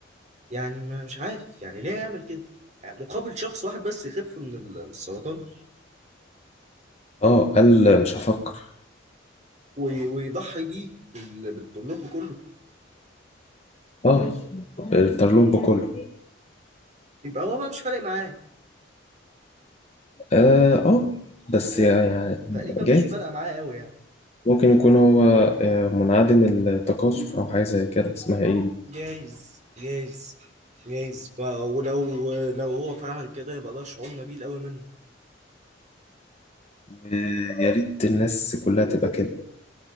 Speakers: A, on the right; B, on the left.
A: يعني ما مش عارف يعني ليه يعمل كده يعني مقابل شخص واحد بس يخف من ال- من السرطان
B: اه قال مش هفكر
A: وي- ويضحي بيه بال- بالطلاب كله
B: اه الترلوب كله
A: يبقى هو بقى مش فارق معاه
B: اه آه، بس
A: هو
B: يعني
A: تقريبا مش
B: جايز
A: فارقه معاه قوي يعني
B: ممكن يكون هو آه، منعدم التكاثر او حاجه زي كده اسمها ايه دي
A: جايز جايز جايز بقى ولو لو هو فعلا كده يبقى ده شعور نبيل قوي منه
B: ويا ريت الناس كلها تبقى كده